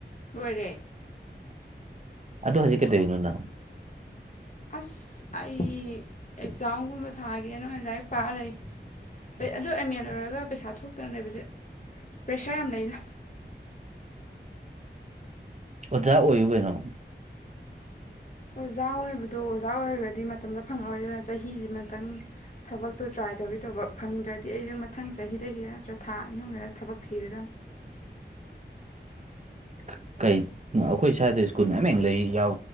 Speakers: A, on the left (about 40°); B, on the right (about 40°).
A: ꯂꯣꯏꯔꯦ
B: ꯑꯗꯨ ꯍꯧꯖꯤꯛ ꯀꯩꯗꯧꯏꯅꯣ ꯅꯪ
A: ꯑꯁ ꯑꯩ ꯑꯦꯛꯖꯥꯝꯒꯨꯝꯕ ꯊꯥꯒꯦꯅ ꯂꯥꯏꯔꯤꯛ ꯄꯥꯛꯑ ꯂꯩ ꯑꯗꯨ ꯑꯦꯝ ꯑꯦ ꯂꯣꯏꯔꯒ ꯄꯩꯁꯥ ꯊꯣꯛꯇꯅ ꯂꯩꯕꯁꯦ ꯄ꯭ꯔꯦꯁꯔ ꯌꯥꯝ ꯂꯩꯗ
B: ꯑꯣꯖꯥ ꯑꯣꯏꯌꯨ ꯀꯩꯅꯣ
A: ꯑꯣꯖꯥ ꯑꯣꯏꯕꯗꯣ ꯑꯣꯖꯥ ꯑꯣꯏꯈ꯭ꯔꯗꯤ ꯃꯇꯝꯗ ꯐꯪꯉꯔꯣꯏꯗꯅ ꯆꯍꯤꯁꯤꯃꯇꯪ ꯊꯕꯛꯇꯨ ꯇ꯭ꯔꯥꯏ ꯇꯧꯔꯤ ꯇꯧꯕ ꯐꯪꯗ꯭ꯔꯗꯤ ꯑꯩꯁꯨ ꯃꯊꯪ ꯃꯊꯪ ꯆꯍꯤꯗꯒꯤ ꯅꯠꯇ꯭ꯔ ꯊꯥ ꯑꯅꯤ ꯑꯍꯨꯝ ꯂꯩꯔ ꯊꯕꯛ ꯊꯤꯔꯗꯝ
B: ꯑ ꯀꯩ ꯎꯝ ꯑꯩꯈꯣꯏ ꯁ꯭ꯋꯥꯏꯗ ꯁ꯭ꯀꯨꯜ ꯃꯌꯥꯝꯃ ꯂꯩ ꯌꯥꯎ